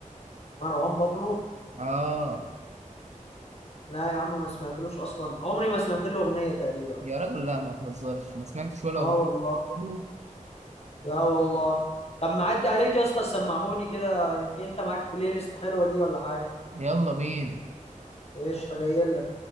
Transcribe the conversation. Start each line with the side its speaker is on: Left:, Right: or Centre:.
Left: مروان بابلو
Right: آه
Left: لا يا عم ما سمعتلوش أصلا عمري ما سمعت له أغنية تقريبا
Right: يا راجل لا ما تهزرش ما سمعتش ولا
Left: اه
Right: أغنية
Left: والله
Right: له؟
Left: لا والله طب معدي عليك يا اسطى سمعهوني كده يمكن انت معاك بلاي ليست حلوة ليه ولا حاجة
Right: يلا بينا
Left: ايش تجيلك